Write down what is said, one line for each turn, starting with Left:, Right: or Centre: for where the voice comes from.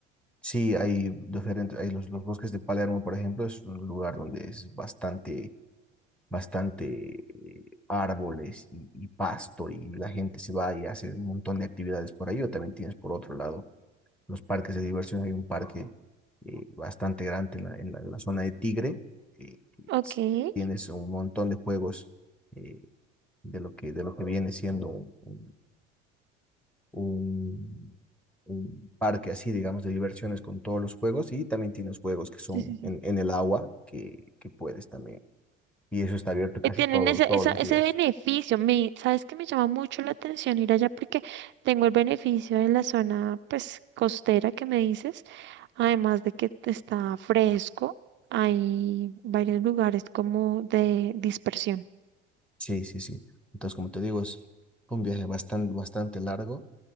Centre: Sí, hay diferentes, hay los, los bosques de Palermo, por ejemplo, es un lugar donde es bastante, bastante eh, árboles y, y pasto y la gente se va y hace un montón de actividades por ahí o también tienes por otro lado los parques de diversión. Hay un parque eh, bastante grande en la, en la- en la zona de Tigre. eh, que
Right: Ok.
Centre: es-
Right: Sí,
Centre: tienes un montón de juegos eh, de lo que, de lo que viene siendo un, un- un- un parque así, digamos, de diversiones con todos los juegos y también tienes juegos que son
Right: sí, sí.
Centre: en, en el agua que, que puedes también. Y eso está abierto casi
Right: eh, tienen
Centre: todo,
Right: ese,
Centre: todos
Right: esa-
Centre: los
Right: ese
Centre: días.
Right: beneficio. Me, ¿sabes que Me llama mucho la atención ir allá porque tengo el beneficio de la zona, pues, costera que me dices, además de que está fresco, hay varios lugares como de dispersión.
Centre: Sí, sí, sí. Entonces, como te digo, es un viaje bastante, bastante largo